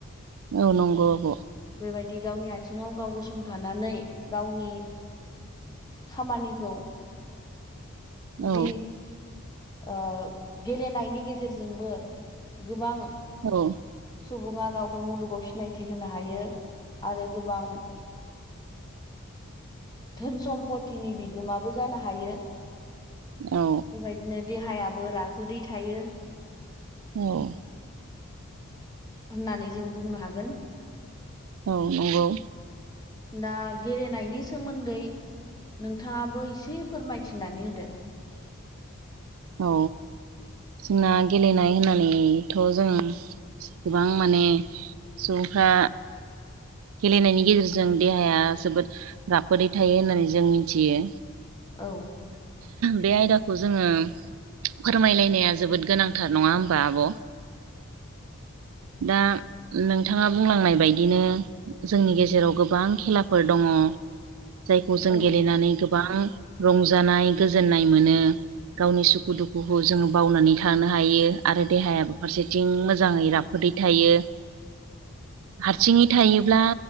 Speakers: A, on the right; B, on the left.
A: औ नंगौ आब
B: बेबायदि गावनि आथिङाव गाव गसंथानानै गावनि खामानिखौ
A: औ
B: जि ओ गेलेनायनि गेजेरजोंबो गोबां
A: औ
B: सुबुंङा गावखौ मुलुगाव सिनायथि होनो हायो आरो गोबां धोन सम्पतिनि बिगोमाबो जानो हायो।
A: औ
B: बेबायदिनो देहायाबो राफोदै थायो।
A: औ
B: होननानै जों बुंनो हागोन।
A: औ नंगौ
B: दा गेलेनायनि सोमोन्दै नोंथाङाबो एसे फोरमायथिनानै होदो।
A: औ जोंना गेलेनाय होननानैथ' जों गोबां माने सुबुंफ्रा गेलेनायनि गेजेरजों देहाया जोबोद राफोदै थायो होननानै जों मिथियो
B: औ
A: बे आयदाखौ जोंङो फोरमायलायनाया जोबोद गोनांथार नःङा होमबा आब'
B: ज <inaudible>
A: दा नोंथांङा बुंलांनाय बायदिनो जोंनि गेजेराव गोबां खेलाफोर दंङो जायखौ जों
B: औ
A: गेलेनानै गोबां रंजानाय गोजोननाय मोनो गावनि सुखु दुखुखौ जोंङो बावनानै थानो हायो आरो देहायाबो फारसेथिं मोजाङै राफो खदै थायो।
B: <inaudible>
A: हारसिंङै थायोब्ला